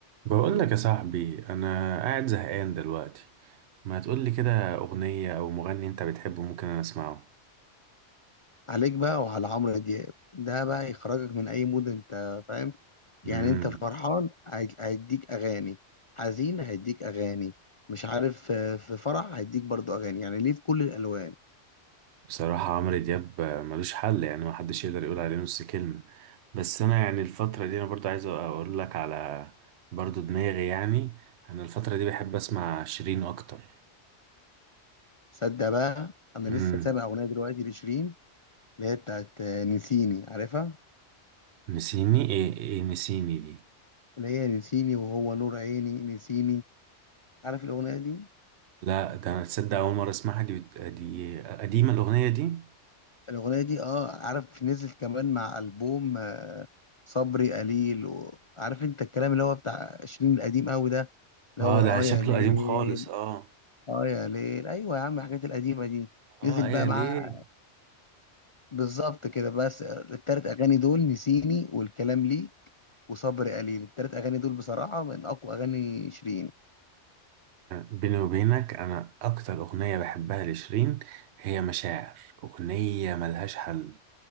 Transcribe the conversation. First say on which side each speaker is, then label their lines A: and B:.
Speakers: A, on the right (about 70°); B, on the left (about 45°).
A: بقول لك يا صاحبي انا قاعد زهقان دلوقتي ما تقول لي كده اغنيه او مغني انت بتحبه ممكن انا اسمعه
B: عليك بقى وعلى عمرو دياب ده بقى يخرجك من اي مود انت فاهم يعني
A: امم
B: انت فرحان هي- هيديك اغاني حزين هيديك اغاني مش عارف آه، في فرح هيديك برضو اغاني يعني ليه في كل الالوان
A: بصراحه عمرو دياب ملوش حل يعني ما حدش يقدر يقول عليه نص كلمه بس انا يعني الفتره دي انا برضو عايز اقول لك على برضو دماغي يعني انا الفتره دي بحب اسمع شيرين اكتر
B: صدق بقى انا
A: امم
B: لسه سامع اغنيه دلوقتي لشيرين اللي هي بتاعت آه، نسيني عارفها
A: نسيني ايه ايه نسيني دي
B: اللي هي نسيني وهو نور عيني نسيني عارف الاغنيه دي
A: لا ده انا تصدق اول مره اسمعها دي بت- دي قديمه الاغنيه دي
B: الاغنيه دي اه عارف نزلت كمان مع البوم آه، صبري قليل وعارف انت الكلام اللي هو بتاع شيرين القديم قوي ده اللي
A: اه
B: هو
A: ده
B: اه
A: شكله
B: يا ليل
A: قديم خالص اه
B: اه يا ليل ايوه يا عم الحاجات القديمه دي
A: اه
B: نزل
A: هي
B: بقى معاه
A: ليه
B: بالظبط كده بس التلات اغاني دول نسيني والكلام لي وصبر قليل التلات اغاني دول بصراحه من اقوى اغاني شيرين
A: بيني وبينك انا اكتر اغنيه بحبها لشيرين هي مشاعر اغنيه ملهاش حل